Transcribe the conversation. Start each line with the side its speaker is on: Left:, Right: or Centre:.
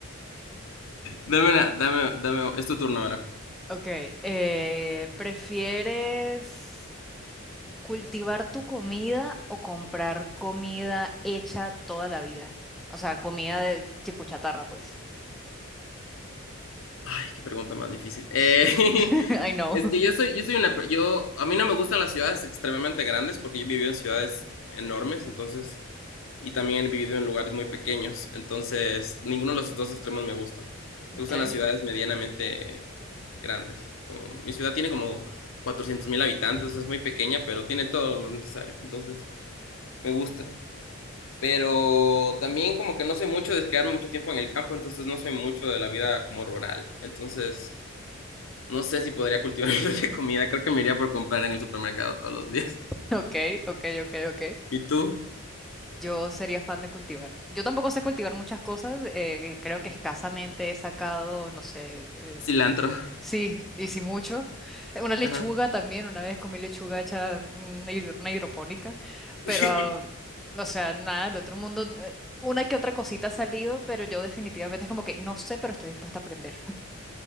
Left: Dame una, dame, dame, es tu turno ahora.
Centre: Ok, eh, ¿prefieres cultivar tu comida o comprar comida hecha toda la vida? O sea, comida de tipo chatarra, pues.
Left: Ay, qué pregunta más difícil. Eh,
Centre: Sí.
Left: <laughs>
Centre: <laughs> I know.
Left: es que yo soy, yo soy una, pe- yo, a mí no me gustan las ciudades extremadamente grandes porque yo he vivido en ciudades enormes, entonces, y también he vivido en lugares muy pequeños, entonces, ninguno de los dos extremos me gustan.
Centre: Okay,
Left: Me gustan las ciudades medianamente grandes. Como, mi ciudad tiene como cuatrocientos mil habitantes, es muy pequeña, pero tiene todo lo necesario, entonces, me gusta. Pero también como que no soy mucho de quedarme mucho tiempo en el campo, entonces no soy mucho de la vida como rural, entonces... No sé si podría cultivar <laughs> mi propia comida. Creo que me iría por comprar en el supermercado todos los días.
Centre: okay, okay, okay, okay.
Left: ¿Y tú?
Centre: Yo sería fan de cultivar. Yo tampoco sé cultivar muchas cosas. eh, creo que escasamente he sacado, no sé,
Left: Cilantro.
Centre: Sí, y sí mucho. Eh, Una lechuga
Left: Ajá.
Centre: también, una vez comí lechuga hecha una, hidro- una hidropónica, pero,
Left: <laughs>
Centre: ah, o sea, nada, el otro mundo, eh, una que otra cosita ha salido, pero yo definitivamente es como que no sé, pero estoy dispuesta a aprender.